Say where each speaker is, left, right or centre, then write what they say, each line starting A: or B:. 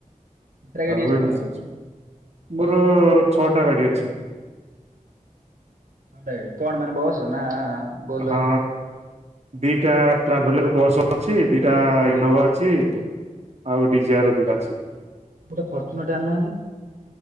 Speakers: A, on the right; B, on the right.
A: କେତେଟା
B: ଆଉ
A: ଗାଡି ଅଛିପଣଙ୍କର।
B: ଏମିତି ମୋର ଛଅଟା ଗାଡି ଅଛି।
A: ଛଟା ଗାଡ଼ି କଣ ମାନେ ବସ ନା। ବୋଲର
B: ହଁ
A: କି
B: ଦିଟା ଟ୍ରାଭେଲର ବସ୍ ଅଛି ଦିଟା
A: ଆଜ୍ଞା।
B: ଇନୋଭା ଅଛି। ଆଉ ଡିଜାଆର ଦିଟା ଅଛି।
A: ଗୋଟେ ଫର୍ଚୁନରଟେ ଆଣୁନାହାନ୍ତି